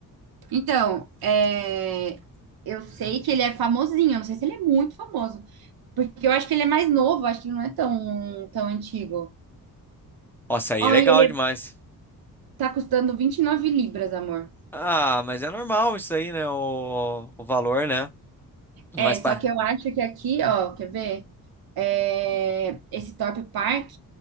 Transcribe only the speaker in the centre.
Nossa, aí
é legal
demais.
Ah, mas é normal isso aí, né? O, o valor, né? Mas
para.